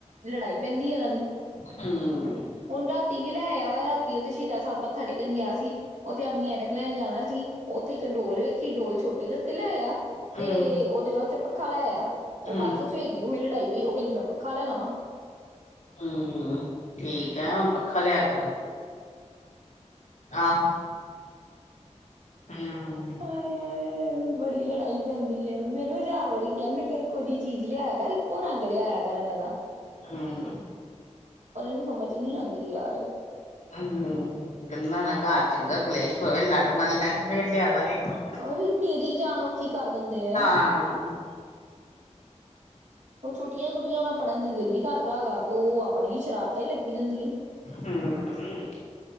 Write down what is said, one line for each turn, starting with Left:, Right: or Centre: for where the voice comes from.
Right: ਲੜਾਈ ਪੈਂਦੀ ਐ ਏਨਾਂ ਦੀ
Left: ਹੂੰ।
Right: ਹੁਣ ਰਾਤੀ ਵੀ ਲੈ ਆਇਆ ਵਾ, ਰਾਤੀ ਓ ਤੇ ਸ਼ਹੀਦਾ ਸਾਬ ਮੱਥਾ ਟੇਕਣ ਗਿਆ ਸੀ ਓਥੇ ਆਪਣੀ ਐਨ ਲੈਣ ਜਾਣਾ ਸੀ ਓਥੇ ਇੱਕ ਡੋਲ ਵੇਖੀ ਡੋਲ ਛੋਟੀ ਵਾਸਤੇ ਲੈ ਆਇਆ ਤੇ
Left: ਹਮ
Right: ਓਦੇ ਵਾਸਤੇ ਪੱਖਾ ਲੈ ਆਇਆ ਓ
Left: ਹੂੰ
Right: ਬਸ ਸਵੇਰ ਦੀ ਓਹੀ ਲੜਾਈ ਵੀ ਓ ਕੈਂਦੀ ਮੈਂ ਪੱਖਾ ਲੈਣਾ ਵਾ
Left: ਹੂੰ ਠੀਕ ਐ ਹੁਣ ਪੱਖਾ ਲਿਆ ਕੇ ਦੋ। ਆਹ ਹੂੰ।
Right: <unintelligible> ਬੜੀ ਲੜਾਈ ਪੈਂਦੀ ਐ, ਮੈਂ ਇੰਨੂੰ ਹਜ਼ਾਰ ਵਾਰੀ ਕਿਆ ਮੈਂ ਕਿਆ ਇੱਕੋ ਜੀ ਚੀਜ਼ ਲਿਆਇਆ ਕਰ, ਇੱਕੋ ਰੰਗ ਲਿਆਇਆ ਕਰ ਐਨਾਂ ਦਾ।
Left: ਹੂੰ।
Right: ਪਰ ਏਨੂੰ ਸਮਝ ਨੀ ਆਂਦੀ ਯਾਰ।
Left: ਹੂੰ <unintelligible> ਘਰ ਚ ਚੰਗਾ ਕਲੇਸ਼ ਪਵੇ, ਲੜ ਪੈਣ ਫੇਰ ਲਿਆ ਦਾ ਗੇ ਇਕੋ।
Right: ਔਈ ਮੇਰੀ ਜਾਨ ਔਖੀ ਕਰ ਦਿੰਦੇ ਆ ਨਾ।
Left: ਹਾਂ।
Right: ਓ ਛੁੱਟੀਆਂ-ਛੁੱਟੀਆਂ ਓਨਾਂ ਪੜ੍ਹਨ ਦੇ ਦਿਲ ਨੀ ਕਰਦਾ ਹੈਗਾ, ਓ ਆਪਣੀ ਸ਼ਰਾਰਤਾ ਈ ਲੱਗੀ ਰੈਂਦੀ ਐ।
Left: ਹੂੰ-ਹੂੰ